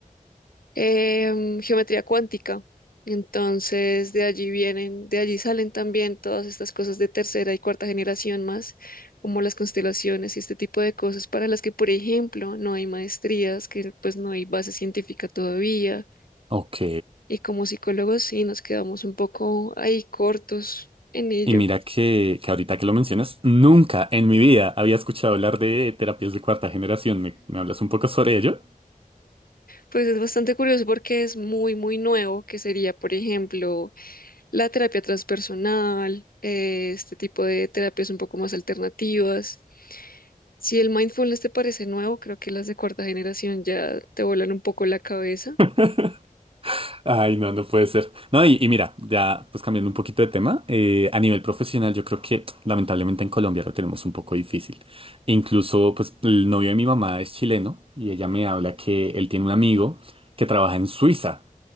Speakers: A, on the left; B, on the right.
A: em, geometría cuántica. Entonces, de allí vienen, de allí salen también todas estas cosas de tercera y cuarta generación más, como las constelaciones y este tipo de cosas para las que, por ejemplo, no hay maestrías, que pues no hay base científica todavía,
B: Ok.
A: y como psicólogos sí nos quedamos un poco ahí cortos en ello.
B: Y mira que, que ahorita que lo mencionas, nunca en mi vida había escuchado hablar de terapias de cuarta generación. ¿Me, me hablas un poco sobre ello?
A: Pues es bastante curioso porque es muy, muy nuevo, que sería, por ejemplo, la terapia transpersonal, eh, este tipo de terapias un poco más alternativas Si el mindfulness te parece nuevo, creo que las de cuarta generación ya te vuelan un poco la cabeza.
B: <laughs> Ay, no, no puede ser. No, y, y mira, ya pues cambiando un poquito de tema, eh, a nivel profesional yo creo que lamentablemente en Colombia lo tenemos un poco difícil. Incluso pues el novio de mi mamá es chileno y ella me habla que él tiene un amigo que trabaja en Suiza.